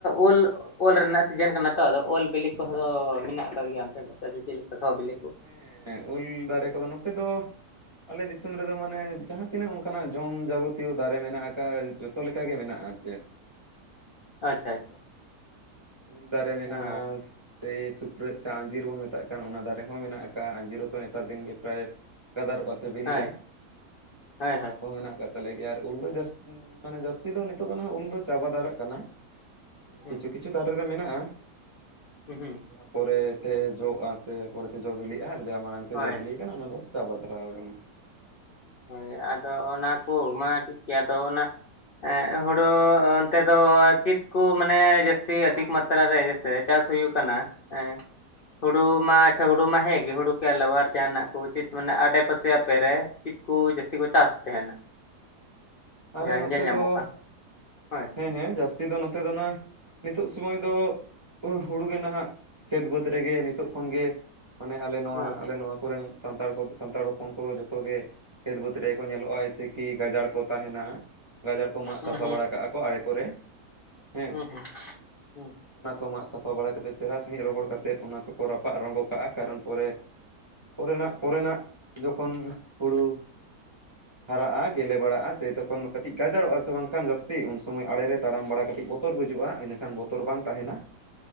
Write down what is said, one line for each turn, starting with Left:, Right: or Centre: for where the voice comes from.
Left: ᱩᱞ ᱚᱞ ᱨᱮᱱᱟᱜ ᱥᱤᱡᱮᱱ ᱠᱟᱱᱟ ᱛᱚ ᱟᱫᱚ ᱚᱞ ᱵᱤᱞᱤ ᱠᱚᱦᱚᱸ ᱫᱚ ᱢᱮᱱᱟᱜ ᱟᱠᱟᱫ ᱜᱮᱭᱟ ᱚᱱᱛᱮ ᱫᱚ ᱪᱮᱫ ᱞᱮᱠᱟ ᱥᱚ ᱵᱤᱞᱤ ᱠᱚ
Right: ᱦᱮᱸ ᱩᱞ ᱫᱟᱨᱮ ᱠᱚᱫᱚ ᱱᱚᱛᱮ ᱫᱚ, ᱟᱞᱮ ᱫᱤᱥᱚᱢ ᱨᱮᱫᱚ ᱢᱟᱱᱮ ᱡᱟᱦᱟᱸ ᱛᱤᱱᱟᱹᱜ ᱚᱱᱠᱟᱱᱟᱜ ᱡᱚᱢ ᱡᱟᱵᱚᱛᱤᱭᱚ ᱫᱟᱨᱮ ᱢᱮᱱᱟᱜ ᱟᱠᱟᱫᱼᱟ ᱡᱚᱛ ᱡᱷᱚᱛᱚ ᱞᱮᱠᱟ ᱜᱮ ᱢᱮᱱᱟᱜᱼᱟ ᱟᱨ ᱪᱮᱫ
Left: ᱟᱪᱪᱷᱟ ᱟᱪᱪᱷᱟ
Right: ᱩᱞ ᱫᱟᱨᱮ ᱢᱮᱱᱟᱜᱼᱟ
Left: ᱚ
Right: ᱥᱮᱭ ᱥᱩᱠᱨᱟᱹᱜ ᱥᱮ ᱟᱸᱡᱤᱨ ᱵᱚᱱ ᱢᱮᱛᱟᱜ ᱠᱟᱱ ᱚᱱᱟ ᱫᱟᱨᱮ ᱨᱮᱦᱚᱸ ᱢᱮᱱᱟᱜ ᱟᱠᱟᱫᱼᱟ ᱟᱸᱡᱤᱨᱚ ᱱᱮᱛᱟᱨ ᱫᱤᱱ ᱜᱮ ᱯᱨᱟᱭ ᱜᱟᱫᱟᱨᱚᱜᱼᱟ ᱥᱮ ᱵᱤᱞᱤᱼᱟ
Left: ᱦᱳᱭ
Right: ᱦᱮᱸ
Left: ᱦᱳᱭ
Right: ᱚᱱᱟ
Left: ᱦᱳᱭ
Right: ᱠᱚᱦᱚᱸ ᱢᱮᱱᱟᱜ ᱟᱠᱟᱫ ᱛᱟᱞᱮ ᱜᱮᱭᱟ ᱟᱨ ᱩᱞ ᱫᱚ ᱢᱟᱱᱮ ᱡᱟᱹᱥᱛᱤ ᱫᱚ ᱱᱤᱛᱚᱜ ᱫᱚᱦᱟᱜ ᱩᱞ ᱫᱚ ᱪᱟᱵᱟ ᱫᱷᱟᱨᱟᱜ ᱠᱟᱱᱟ
Left: ᱦᱩᱸ
Right: ᱠᱤᱪᱷᱩ ᱠᱤᱪᱷᱩ ᱫᱟᱨᱮ ᱨᱮ ᱢᱮᱱᱟᱜᱼᱟ
Left: ᱦᱩᱸ ᱦᱩᱸ
Right: ᱡᱟᱦᱟᱸ ᱯᱚᱨᱮᱛᱮ ᱡᱚᱜᱼᱟ ᱥᱮ ᱯᱚᱨᱮᱛᱮ ᱡᱚ ᱵᱤᱞᱤᱜᱼᱟ ᱟᱨ ᱡᱟᱦᱟᱸ ᱢᱟᱲᱟᱝ ᱛᱮ
Left: ᱦᱳᱭ
Right: ᱡᱚ ᱵᱤᱞᱤ ᱟᱠᱟᱱᱟ ᱚᱱᱟ ᱫᱚ ᱪᱟᱵᱟ ᱫᱷᱟᱨᱟᱣ ᱟᱠᱟᱱᱟ ᱾
Left: ᱦᱳᱭ ᱟᱫᱚ ᱚᱱᱟ ᱠᱚ ᱢᱟ ᱴᱷᱤᱠ ᱜᱮ ᱟᱫᱚ ᱚᱱᱟ ᱮ ᱦᱩᱲᱩ ᱚᱱᱛᱮ ᱫᱚ ᱪᱮᱫ ᱠᱚ ᱢᱟᱱᱮ ᱡᱟᱹᱥᱛᱤ ᱟᱫᱷᱤᱠ ᱢᱟᱛᱨᱟ ᱨᱮ? ᱯᱮ ᱪᱟᱥ ᱦᱩᱭᱩᱜ ᱠᱟᱱᱟ ᱮᱸ ᱦᱩᱲᱩ ᱢᱟ ᱟᱪᱪᱷᱟ ᱦᱩᱲᱩ ᱢᱟ ᱦᱮᱸᱜᱮ ᱦᱩᱲᱩ ᱠᱚ ᱟᱞᱟᱣᱟ ᱟᱨ ᱡᱟᱦᱟᱱᱟᱜ ᱠᱚ ᱪᱮᱫ ᱢᱟᱱᱟᱜᱼᱟ ᱟᱰᱮ ᱯᱟᱥᱮ ᱟᱯᱮᱨᱮ? ᱪᱮᱫ ᱠᱚ ᱡᱟᱹᱥᱛᱤ ᱠᱚ ᱪᱟᱥ ᱛᱟᱦᱮᱱᱟ
Right: ᱟᱞᱮ
Left: ᱡᱟᱦᱟᱸ
Right: ᱱᱚᱛᱮ
Left: ᱧᱮᱞ ᱧᱟᱢᱚᱜ
Right: ᱫᱚ,
Left: ᱠᱟᱱ ᱦᱳᱭ
Right: ᱦᱮᱸ ᱦᱮᱸ ᱡᱟᱹᱥᱛᱤ ᱫᱚ ᱱᱚᱛᱮ ᱫᱚ ᱱᱟᱜ ᱱᱤᱛᱚᱜ ᱥᱚᱢᱚᱭ ᱫᱚ ᱩᱦ ᱦᱩᱲᱩ ᱜᱮ ᱱᱟᱦᱟᱸᱜ ᱠᱷᱮᱛ ᱵᱟᱹᱫᱽ ᱨᱮᱜᱮ ᱱᱤᱛᱚᱜ ᱠᱷᱚᱱ ᱜᱮ ᱢᱟᱱᱮ ᱟᱞᱮ ᱱᱚᱶᱟ
Left: ᱦᱮᱸ
Right: ᱟᱞᱮ ᱱᱚᱶᱟ ᱠᱚᱨᱮᱱ ᱥᱟᱱᱛᱟᱲ ᱠᱚᱫᱚ ᱥᱟᱱᱛᱟᱲ ᱦᱚᱯᱚᱱ ᱠᱚᱫᱚ ᱡᱷᱚᱛᱚ ᱜᱮ ᱠᱷᱮᱛ ᱵᱟᱹᱫᱽ ᱨᱮ ᱠᱚ ᱧᱮᱞᱚᱜᱼᱟ ᱤᱥᱮ ᱠᱤ ᱜᱟᱡᱟᱲ ᱠᱚ ᱛᱟᱦᱮᱱᱟ ᱜᱟᱡᱟᱲ ᱠᱚ ᱢᱟᱜ
Left: ᱦᱩᱸ
Right: ᱥᱟᱯᱷᱟ ᱵᱟᱲᱟ ᱠᱟᱜᱼᱟ ᱠᱚ ᱟᱲᱮ ᱠᱚᱨᱮ ᱦᱮᱸ
Left: ᱦᱩᱸ ᱦᱩᱸ ᱦᱩᱸ
Right: ᱚᱱᱟ ᱠᱚ ᱢᱟᱜ ᱥᱟᱯᱷᱟ ᱵᱟᱲᱟ ᱠᱟᱛᱮᱫ ᱪᱮᱦᱨᱟ ᱥᱟᱺᱦᱤᱡ ᱨᱚᱦᱚᱲ ᱠᱟᱛᱮᱫ ᱚᱱᱟ ᱠᱚᱠᱚ ᱨᱟᱯᱟᱜ ᱨᱚᱝᱜᱚ ᱠᱟᱜᱼᱟ ᱠᱟᱨᱚᱱ ᱯᱚᱨᱮ ᱯᱚᱨᱮᱱᱟᱜ ᱯᱚᱨᱮᱱᱟᱜ ᱡᱚᱠᱷᱚᱱ ᱦᱩᱲᱩ ᱦᱟᱨᱟᱜᱼᱟ ᱜᱮᱞᱮ ᱵᱟᱲᱟᱜᱼᱟ ᱥᱮ ᱛᱚᱠᱷᱚᱱ ᱠᱟᱹᱴᱤᱡ ᱜᱟᱡᱟᱲᱚᱜᱼᱟ ᱥᱮ ᱵᱟᱝᱠᱷᱟᱱ ᱡᱟᱹᱥᱛᱤ ᱩᱱ ᱥᱚᱢᱚᱭ ᱟᱲᱮ ᱨᱮ ᱛᱟᱲᱟᱢ ᱵᱟᱲᱟ ᱠᱟᱹᱴᱤᱡ ᱵᱚᱛᱚᱨ ᱵᱩᱡᱩᱜᱼᱟ, ᱤᱱᱟᱹᱠᱷᱟᱱ ᱵᱚᱛᱚᱨ ᱛᱚᱨ ᱵᱟᱝ ᱛᱟᱦᱮᱸᱱᱟ